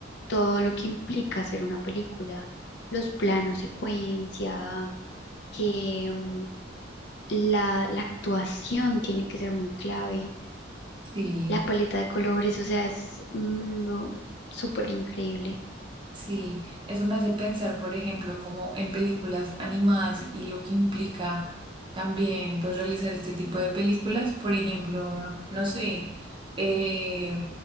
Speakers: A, on the left; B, on the right.
A: todo lo que implica hacer una película, los planos, secuencia, que mm, la, la actuación tiene que ser muy clave,
B: sí.
A: la paleta de colores, o sea, es un mundo súper increíble.
B: Sí, eso me hace pensar, por ejemplo, como en películas animadas y lo que implica también, pues, realizar este tipo de películas. Por ejemplo, no sé, eh,